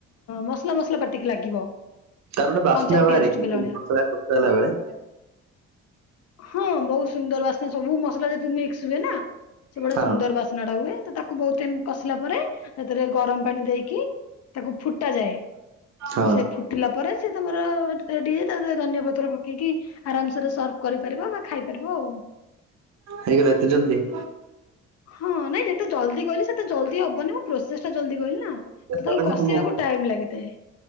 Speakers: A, on the left; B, on the right.
A: ମସଲା ମସଲା ପାଟିକି ଲାଗିବ।
B: ତାର ଗୋଟେ ବାସ୍ନା
A: କଞ୍ଚା ପିଆଜ
B: ବାହାରେ
A: ଚୋବେଇଲା
B: କି
A: ଭଳିଆ।
B: ମସଲା କସା ହେଲା ବେଳେ।
A: ହଁ ବହୁତ ସୁନ୍ଦର ବାସନା ସବୁ ମସଲା ଯଦି ମିକ୍ସ ହୁଏ ନା। ସେ ବଢିଆ
B: ହଁ
A: ସୁନ୍ଦର ବାସ୍ନା ଟା ହୁଏ ତ ତାକୁ ବହୁତ ଟାଇମ କସିଲା ପରେ ସେଥିରେ ଗରମ ପାଣି ଦେଇକି ଫୁଟାଯାଏ,
B: ହଁ
A: ସେ ଫୁ ଟିଲା ପରେ ସେ ତମର ଟିକେ ତା ପରେ ଧନିଆ ପତ୍ର ପକେଇକି। ଆରାମସରେ ସର୍ଭ କରିପାରିବ ବା ଖାଇପାରିବ ଆଉ।
B: ହେଇଗଲା ଏତେ ଜଲଦି?
A: ହଁ ନାଇଁ ଯେତେ ଜଲଦି କହିଲି ସେତେ ଜଲଦି ହବନି, ମୁଁ ପ୍ରୋଶ ସେସଟା ଜଲ୍ଦି କହିଲି ନା ତ
B: ତାହେଲେ
A: ତାକୁ କସିବାକୁ
B: ମୁଁ-
A: ଟାଇମ ଲାଗିଥାଏ।